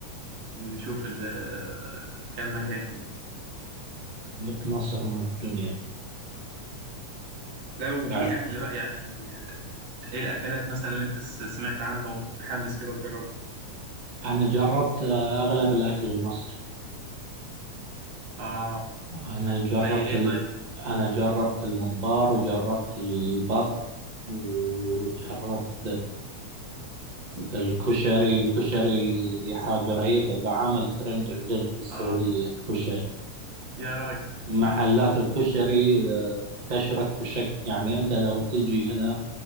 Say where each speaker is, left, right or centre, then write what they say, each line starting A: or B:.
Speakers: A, on the right; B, on the right.
A: نشوف ال- آه، كام مكان كده
B: لك مصر من الدنيا
A: لو
B: بعد
A: في اكل بقى يعني ايه الاكلات مثلا اللي انت س- سمعت عنها ومتحمس كده تجربها
B: أنا جربت آه، أغلب الأكل المصري
A: اه
B: أنا جربت
A: زي ايه
B: ال...
A: طيب
B: أنا جربت الممبار وجربت البط وجربت الكشري الكشري ذي حاجة رهيبة بعامل ترند عندنا في السعودية
A: اه
B: الكشري
A: يا راجل
B: محلات الكشري آه، انتشرت بشكل يعني انت لو تجي هنا